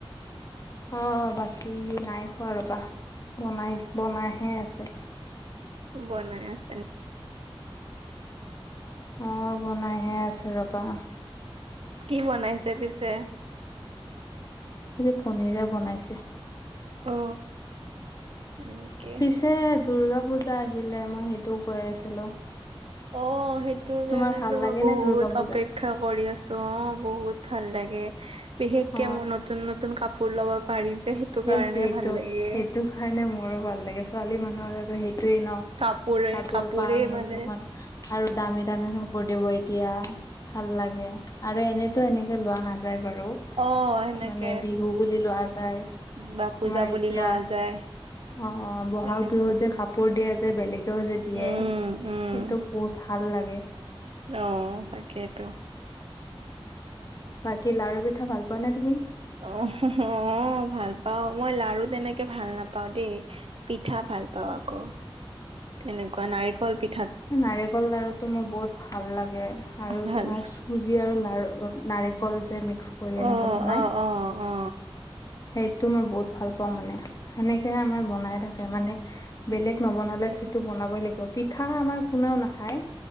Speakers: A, on the left; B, on the right.
A: অঁহ' বাকী নাই খোৱা ৰ'বা! বনাই বনাইহে আছে।
B: বনাই আছে।
A: অ' বনাইহে আছে ৰ'বা।
B: কি বনাইছে পিছে?
A: আজি পনীৰে বনাইছে।
B: অ এনেকে
A: পিছে দূৰ্গা পুজা আহিলে মই সেইটোও কৈ আছিলো।
B: অ' সেইটোৰ
A: তোমাৰ
B: কাৰণেতো
A: ভাল লাগে
B: মই বহুত
A: নে দুৰ্গা পূজা
B: অপেক্ষ ক্ষা কৰি আছো। অ' বহুত ভাল লাগে বিশেষকে
A: অ
B: মই নতুন ন নতুন কাপোৰ ল'ব পাৰি যে। কাৰণে
A: এ সেইটো
B: ভাল লাগে
A: সেইটো কাৰণে মোৰো ভাল লাগে, ছোৱালী মানুহৰ আৰু সেইটোৱেই ন।
B: কাপোৰে
A: কাপোৰ
B: কাপোৰে
A: পাম নতুন,
B: মানে
A: আৰু দামী দামী কাপোৰ দিব এতিয়া। ভাল লাগে আৰু এনেতো
B: অ
A: এনেকে লোৱা নাযায় বাৰু।
B: অ সেনেকে
A: মানে বিহু বুলি লোৱা যায়।
B: বা পূজা
A: আমাৰ
B: বুলি
A: এতিয়া,
B: লোৱা যায়
A: অ' অ' বহাগ
B: তেনেকুৱা
A: বিহুত যে কাপো কাপোৰ দিয়ে যে বেলেগেও যে দিয়ে
B: উম
A: সেইটো
B: উম
A: বহুত ভাল লাগে।
B: অ' তাকেইটো!
A: বাকী লাৰু-পিঠা ভাল পোৱা নে তুমি?
B: অ' অঁহ ভাল পাও, মই লাৰু তেনেকে ভাল নাপাও দেই। পিঠা ভাল পাওঁ আকৌ। তেনেকুৱা নাৰিকল পিঠ
A: নাৰিকল লাৰুটো মোৰ বহুত ভাল লাগে আৰু
B: ভাল
A: তোমাৰ <unintelligible> আৰু লাৰু নাৰিকল যে মিক্স কৰি এনেকে
B: অ
A: বনাই।
B: অ অ অ
A: সেইটো মই বহুত ভাল পাও মানে, সেনেকে আমাৰ বনাই থাকে। মানে বেলেগ নবনালে সেইটো বনাবই লাগিব, পিঠা আমাৰ কোনেও নাখায়।